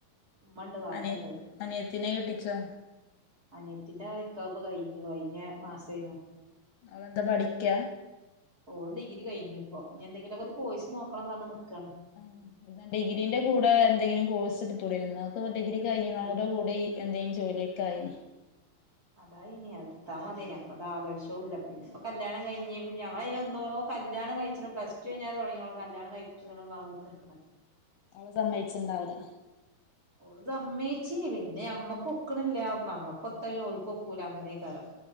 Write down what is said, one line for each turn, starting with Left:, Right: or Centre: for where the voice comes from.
Right: ഇമ്മണ്ട് വാപ്പണ്ട്.
Left: അനിയ അനിയത്തിനെ കെട്ടിച്ചോ?
Right: അനിയത്തിന്റെ നിക്ക്ഹ് പൊ കഴിഞ്ഞു കഴിഞ്ഞ മാസേനു.
Left: അവളെന്താ പഠിക്ക?
Right: ഓള് ഡിഗ്രി കഴിഞ്ഞ് പ്പോ ഇഞെന്തെങ്കിലൊക്കൊരു കൊഴ്സ് നോക്കണം പർഞ്ഞ് നിക്കാണ്.
Left: ഉം പിന്നെ ഡിഗ്രിന്റെ കൂടെ എന്തെങ്കിലും കോഴ്സ്ട്തൂടെന്യോ ന്നാ ഓക്ക് ഡിഗ്രി കഴിഞ്ഞ് <unintelligible>
Right: എടു
Left: ടെ കൂ ടി എന്തേം ജോല്യൊക്കായിനി
Right: അതായിനി അത്‌ട്ത്താ മത്യേനി അപ്പതാലോയ്ച്ച്വാല പിന്നെ പ്പൊ കല്യാണം കഴിഞ്ഞ് ന് ഞങ്ങളയ്ന് എന്നോ കല്യാണം കഴിച്ചണം പ്ലസ്ടു ഴ്ഞ്ഞാരെ തൊടങ്ങിണോളെ കല്യാണം കഴിപ്പിച്ചണം പർഞ്ഞ് കുത്തർക്ക്ണ്.
Left: അവള് സമ്മയ്ച്ച്ണ്ടാവൂല
Right: ഓള് സമ്മയ്ച്ചീനി പിന്നെ അമ്മകൊക്ക്ണില്ല നമ്മക്കൊത്ത പിന്നെ ഓൽക്കൊക്കൂല്ല അങ്ങനെക്കാരം.